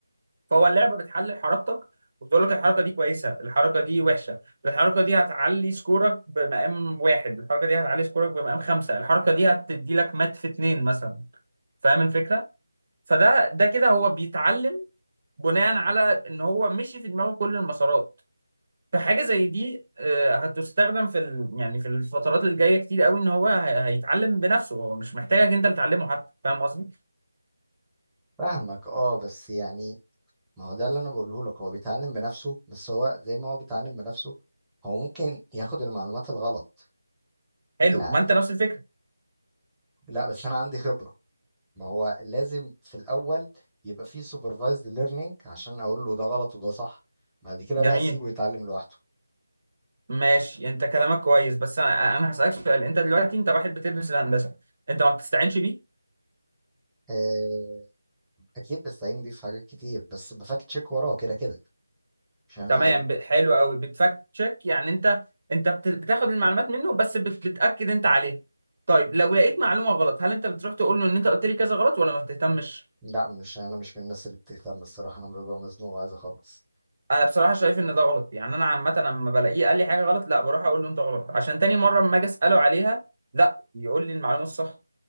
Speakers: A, on the right; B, in the centre.
A: فهو اللعبه بتحلل حركتك وبتقول لك الحركه دي كويسه الحركه دي وحشه الحركه دي هتعلي سكورك بمقام واحد الحركه دي هتعلي سكورك بمقام خمسه الحركه دي هتدي لك مات في اتنين مثلا فاهم الفكره فده ده كده هو بيتعلم بناء على ان هو مشي في دماغه كل المسارات فحاجه زي دي آه، هتستخدم في ال... يعني في الفترات الجايه كتير قوي ان هو ه- هيتعلم بنفسه هو مش محتاجك انت اللي تعلمه حتى فاهم قصدي
B: فاهمك اه بس يعني ما هو ده اللي انا بقوله لك هو بيتعلم بنفسه بس هو زي ما هو بيتعلم بنفسه هو ممكن ياخد المعلومات الغلط
A: حلو
B: يعني
A: ما انت نفس الفكره
B: لا بس انا عندي خبرة ما هو لازم في الاول يبقى فيه سوبرفايزد ليرنينج عشان اقول له ده غلط وده صح بعد كده
A: جميل
B: بقى اسيبه يتعلم لوحده
A: ماشي انت كلامك كويس بس انا أنا هسالك سؤال انت دلوقتي انت واحد بتدرس الهندسه انت ما بتستعينش بيه
B: آه، اكيد بس هينضيف حاجات كتير بس بفاكت تشيك وراه كده كده عشان
A: تمام
B: هو
A: ب... حلو قوي بتفاكت تشيك يعني انت انت بت... بتاخد المعلومات منه بس بت... بتاكد انت عليها طيب لو لقيت معلومه غلط هل انت بتروح تقول له ان انت قلت لي كذا غلط ولا ما بتهتمش
B: لا مش انا مش من الناس اللي بتهتم الصراحه انا ببقى مزنوق وعايز اخلص
A: انا بصراحه شايف ان ده غلط يعني انا عامه لما بلاقيه قال لي حاجه غلط لا بروح اقول له انت غلط عشان تاني مره اما اجي اساله عليها لا يقول لي المعلومه الصح